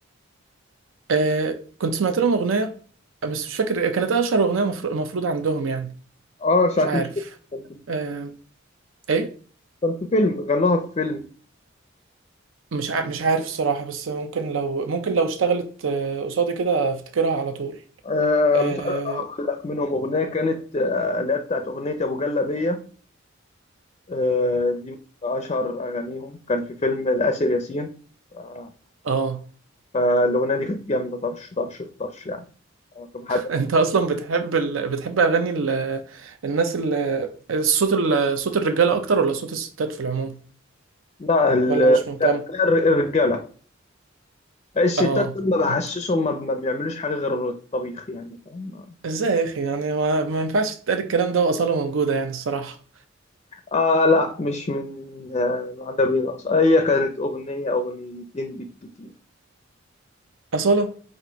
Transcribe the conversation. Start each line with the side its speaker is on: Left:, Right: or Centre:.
Right: آه كنت سمعت لهم اغنية بس مش فاكر كانت اشهر اغنية مفروض, مفروض عندهم يعني
Left: اه ساعة
Right: مش عارف
Left: تمشي كان في فيلم
Right: آه ايه
Left: كان في فيلم غنوها في فيلم
Right: مش ع... مش عارف الصراحة بس ممكن لو ممكن لو اشتغلت آه، قصادي كده افتكرها على طول
Left: آه
Right: اه
Left: مش عارف اقول لك منهم اغنية كانت آه، اللي هي بتاعت اغنية ابو جلابية آه دي من اشهر اغانيهم كان في فيلم الاسر ياسين آه،
Right: اه آه.
Left: فالاغنية دي كانت جامدة طرش طرش طرش يعني آه، كنت بحب
Right: انت اصلا بتحب ال... بتحب اغاني ال... الناس ال... الصوت ال... صوت الرجاله اكتر ولا صوت الستات في العموم
Left: لا ال-
Right: ولا مش مهتم
Left: الر- الرجالة الستات
Right: اه
Left: دول ما بحسسهم
Right: اه
Left: ما ما بيعملوش حاجة غير الطبيخ يعني فاهم
Right: ازاي يا اخي يعني ما, ما ينفعش تتقال الكلام ده واصاله موجوده يعني الصراحه
Left: آه لا مش من آه معجبين أصلا هي كانت أغنية أغنيتين بالكتير
Right: اصاله